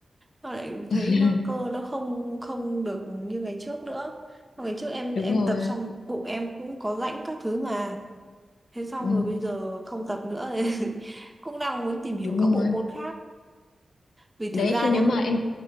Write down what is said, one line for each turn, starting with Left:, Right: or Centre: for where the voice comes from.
Right: Tao lại thấy
Left: <laughs>
Right: nó cơ nó không không được như ngày trước nữa. Ngày trước em
Left: đúng
Right: em
Left: rồi
Right: tập xong bụng em cũng có rãnh các thứ mà. Thế xong
Left: Ừm,
Right: rồi bây giờ không tập nữa <laughs> thì cũng đang muốn tìm hiểu
Left: đúng
Right: các bộ
Left: rồi
Right: môn khác. Vì
Left: đấy
Right: thực ra
Left: khi nếu
Right: nhé,
Left: mà em